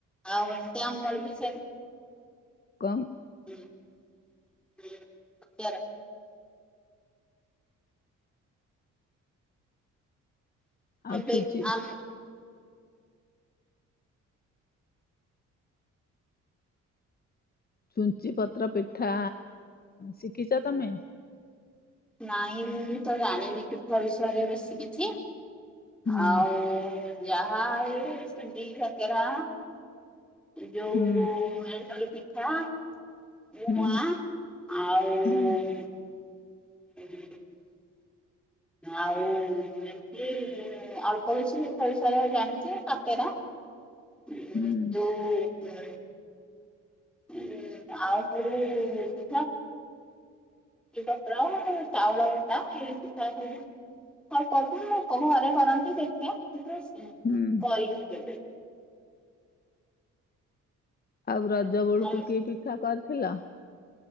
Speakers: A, in the centre; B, on the left.
A: ଆଉ <unintelligible> ଆମର ବି ସେମ୍।
B: କମ୍
A: <unintelligible> <unintelligible>
B: ଆଉ ଛୁଞ୍ଚି ଛୁଞ୍ଚି ପତ୍ର ପିଠା ଶିକିଚ ତମେ?
A: ନାଇଁ ମୁଁ ତ ଜାଣିନି ପିଠା ବିଷୟରେ ବେଶୀ କିିଛି।
B: ହୁଁ
A: ଆଉ ଯାହା ଏ ସୁଜି କାକେରା। ଯୋଉ
B: ହୁଁ
A: ଏଣ୍ଡୁରି ପିଠା। <unintelligible>
B: ହୁଁ
A: ଆଉ
B: ହୁଁ
A: <unintelligible> ଆଉ ଏମତି ଅଳ୍ପ କିଛି ମିଠ ବିଷୟରେ ଜାଣିଛିେ କାତରା ଯୋଉ
B: ହୁଁ
A: ହୁଁ। ଆଉ କୋଉଠି କପଡ଼ ଆ ଚାଉଳ ଗଟା ଇ ଅଳ୍ପଳ୍ପୋକ ଘରେ କରନ୍ତି ଦେଖି କରିନି
B: ହୁଁ
A: କେବେ?
B: ଆଉ ରଜ
A: ତମେ
B: ଗୋଳକୁ କିଏ ପିଠା କରିଥିଲ।